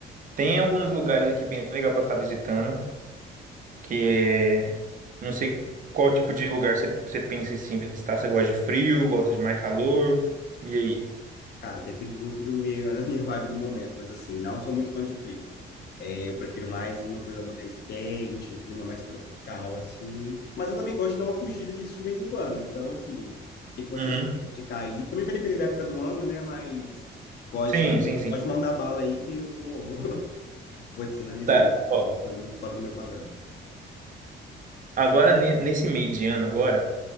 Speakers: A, on the right (about 40°); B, on the left (about 55°).
A: tem alguns lugares aqui bem legal pra estar visitando, que não sei qual tipo de lugar você, você pensa em sim, visitar. Você gosta de frio, gosta de mais calor? E aí?
B: Cara, depende muito do meio, <laughs> da minha vibe do momento, mas assim, não sou muito fã de frio. É, eu prefiro mais uma coisa mais quente, um clima mais tropical, assim. Mas eu também gosto de dar uma fugida disso de vez em quando. Então, assim, o que que você
A: Uhum.
B: tiver de cair? Também vai depender da época do ano, né? Mas pode,
A: Sim, sim, sim.
B: pode mandar bala aí que eu vou, <laughs> vou te sinalizando.
A: Tá, ó,
B: É uma coisa muito fora do meu padrão.
A: agora ne- nesse meio de ano agora,